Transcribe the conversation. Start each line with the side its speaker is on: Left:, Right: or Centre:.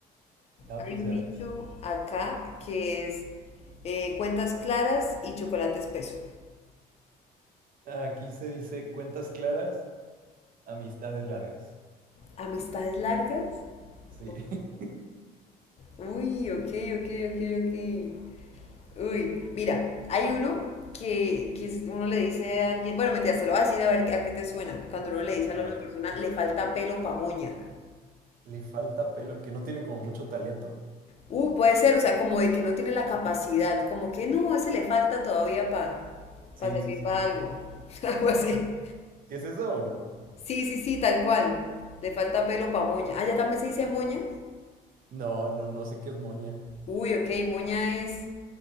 Right: Ah,
Left: Hay
Right: pues
Left: un
Right: ya
Left: dicho
Right: ves.
Left: acá que es eh, cuentas claras y chocolate espeso.
Right: Aquí se dice cuentas claras, amistades largas.
Left: ¿Amistades largas?
Right: Sí.
Left: Ok.
Right: <laughs>
Left: Uy, ok, ok, ok, ok. Uy, mira, hay uno que, que es- uno le dice a alguien, bueno, mentira, se lo voy a decir a ver a qué te suena. Cuando uno le dice
Right: A
Left: a una
Right: ver.
Left: persona, le falta pelo pa' moña.
Right: Le falta pelo, que no tiene como mucho talento.
Left: Uh, puede ser, o sea, como de que no tiene la capacidad, como que no, ese le falta todavía para
Right: Sí,
Left: servir
Right: sí, sí.
Left: para algo. <laughs> Algo así.
Right: ¿Sí es eso o no?
Left: Sí, sí, sí, tal cual. Le falta pelo pa' moña. Ah, ya también se dice moña.
Right: No, no, no sé qué es moña.
Left: Uy, ok, moña es